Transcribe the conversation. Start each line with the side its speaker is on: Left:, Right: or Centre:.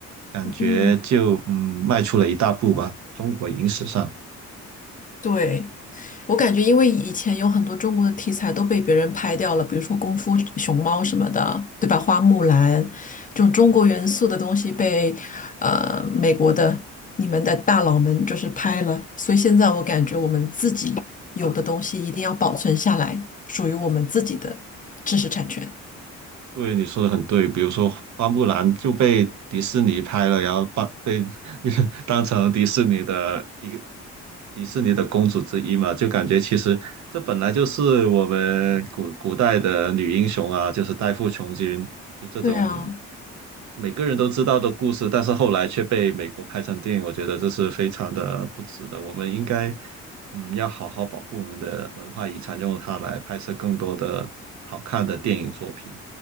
Right: 感觉就嗯迈出了一大步吧，
Left: 嗯，
Right: 中国影史上。
Left: 对，我感觉因为以前有很多中国的题材都被别人拍掉了，比如说功夫熊猫什么的，对吧？花木兰这种中国元素的东西被呃美国的你们的大佬们就是拍了，所以现在我感觉我们自己有的东西一定要保存下来，属于我们自己的知识产权。
Right: 对，你说的很对。比如说，花木兰就被迪士尼拍了，然后把被 <laughs> 当成迪士尼的一个迪士尼的公主之一嘛，就感觉其实这本来就是我们古古代的女英雄啊，就是代父从军，就这种
Left: 对啊。
Right: 每个人都知道的故事，但是后来却被美国拍成电影，我觉得这是非常的不值得。我们应该，嗯，要好好保护我们的文化遗产，用它来拍摄更多的好看的电影作品。